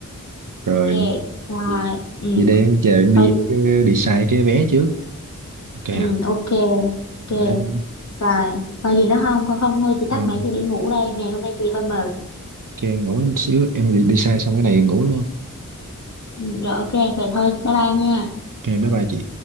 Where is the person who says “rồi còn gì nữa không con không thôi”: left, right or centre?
Left